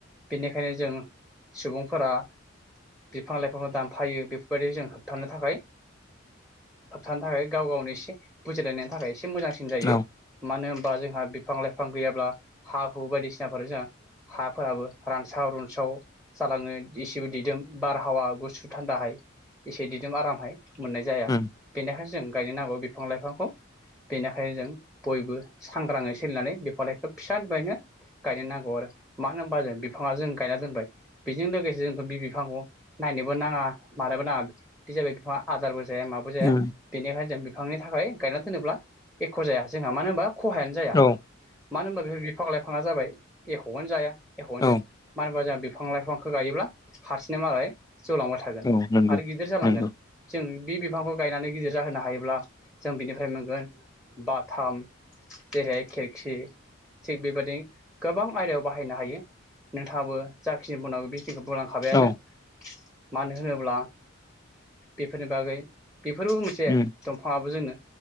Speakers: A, in the centre; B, on the left.
A: बेनिखायनो जों सुबुंफोरा बिफां-लाइफांखौ दानफायो बेफोरबायदि जों होबथानो थाखाय होबथानो थाखाय गाव-गावनि एसे बुजिलायनायनि थाखाय एसे मोजांसिन जायो
B: औ
A: मानो होन बा जोंहा बिफां लाइफां गैयाब्ला हा हु बायदिसिनाफोर जोंहा हाफोराबो रानस्राव-रुनस्राव जालाङो इसेबो दिदोम बारहावा गुसु थान्दाहाय एसे दिदोम आरामहाय मोननाय जाया
B: उम,
A: बेनिखायनो जों गायनो नांगौ बिफां-लाइफांखौ बेनिखायनो जों बयबो सांग्रांयै सोलिनानै बिफां-लाइफांखौ फिसानिफ्रायनो गायनो नांगौ आरो मानो होनबा जों बिफाङा जों गायना दोनबाय बेजों लोगोसे जोंथ' बि बिफांखौ नायनोबो नाङा मानोबो नाङा बे जाबाय बिफाङा आदारबो जाया माबो जाया
B: उम,
A: बेनिखायनो जों बिफांनि थाखाय गायना दोनोब्ला एख' जाया जोंहा मानो होनबा खहायानो जाया
B: औ
A: मानो ओमबा बिफां लाइफाङा जाबाय एख'आनो जाया एख'आनो
B: औ
A: जाया <unintelligible> बिफां लाइफांखौ गायोब्ला हारसिंनो मालाय जौलांबाय थागोन
B: औ नंगौ
A: आरो गिदिर जालांगोन
B: नंगौ
A: जों बि बिफांखौ गायनानै गिदिर जाहोनो हायोब्ला जों बिनिफ्राय मोनगोन बाथाम जेरैहाय खिरखि थिग बेबायदि गोबां आयदायाव बाहायनो हायो। नोंथाङाबो जाखिनि बुंनांगो बि बुंलांखाबायानो
B: औ
A: मानो होनोब्ला बिफोरनि बागै बेफोरबो मोनसे
B: उम,
A: दंफाङाबो जोंनो